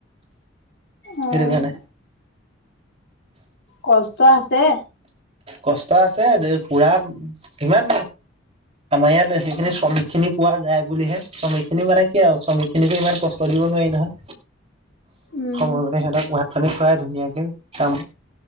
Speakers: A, on the left (about 60°); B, on the right (about 30°).
A: অ',
B: সেইটো কাৰণে
A: কষ্ট আছে
B: কষ্ট আছে দে পুৰা কিমান? আমাৰ ইয়াত সেইখিনি শ্ৰমিক খিনি পোৱা যায় বুলিহে শ্ৰমিক খিনি মানে কি আৰু শ্ৰমিক খিনিকো ইমান কষ্ট দিব হোৱাই নহয়
A: উম,
B: সময়মতে সিহঁতক ভাত পানী খুৱাই ধুনীয়াকে চাম